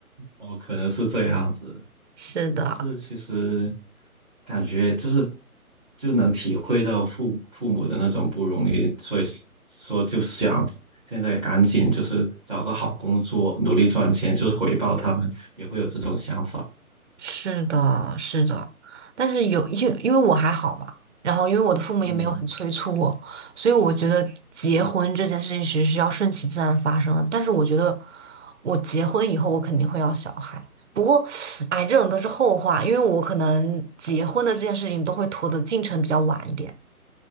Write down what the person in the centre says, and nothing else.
哦，可能是这样子，
但是其实感觉就是就能体会到父父母的那种不容易，所以说就想现在赶紧就是找个好工作，努力赚钱，就是回报他们，也会有这种想法。
嗯，